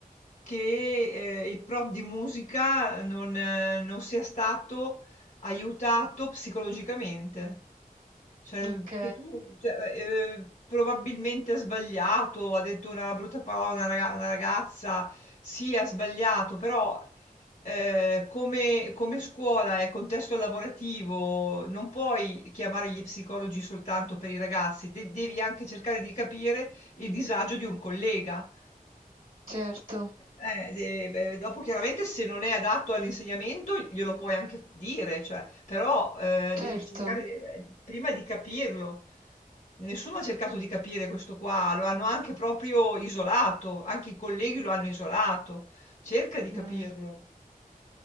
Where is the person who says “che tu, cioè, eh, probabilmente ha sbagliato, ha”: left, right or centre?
Left